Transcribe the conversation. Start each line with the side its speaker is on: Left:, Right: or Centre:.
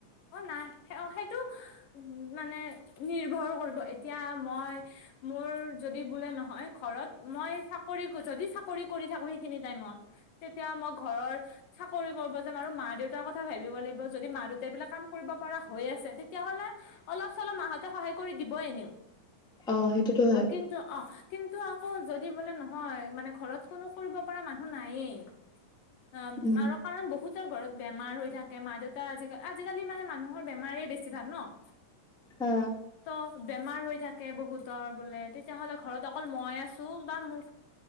Left: অ', নাই অ', সেইটো উ মানে নিৰ্ভৰ কৰিব, এতিয়া মই মোৰ যদি বোলে নহয়, ঘৰত মই চাকৰি যতি চাকৰি কৰি থাকো সেই খিনি টাইমত তেতিয়া মই ঘৰৰ চাকৰি কৰিব যাম আৰু মা দেউতাৰ কথা ভাবিৱ লাগিব যদি মা দেউতা গোটেইবিলাক কাম কৰিব পৰা হৈ আছে তেতিয়াাহ'লে অলপ চলপ মাহঁতে সহায় কৰি দিবই এনেও।
Centre: অ সেইটোতো হয়
Left: আৰু কিন্তু অ', কিন্তু আকৌ যদি বোলে নহয় মানে ঘৰত কোনো কৰিব পৰা মানুহ নায়েই অ',
Centre: উম
Left: আৰু কাৰণ বহুত ঘৰত বেমাৰ হৈ থাকে মা দেউতা আজিকা আজিকালি মানে মানুহৰ বেমাৰে বেছিভাগ ন'।
Centre: হা
Left: ত', বেমাৰ হৈ থাকে বহুতৰ বোলে তেতিয়াহ'লে ঘৰত অকল মই আছো বা মোক